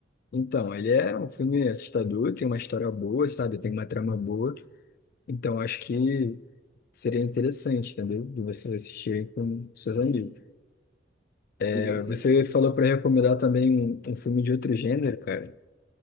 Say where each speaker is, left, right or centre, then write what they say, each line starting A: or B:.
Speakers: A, on the left (about 50°); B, on the left (about 20°).
A: Então, ele é um filme assustador, tem uma história boa, sabe? Tem uma trama boa. Então, acho que seria interessante, entendeu? De vocês assistirem com seus
B: Uhum.
A: amigos.
B: Sim,
A: É,
B: sim.
A: Você falou para recomendar também um, um filme de outro gênero, cara.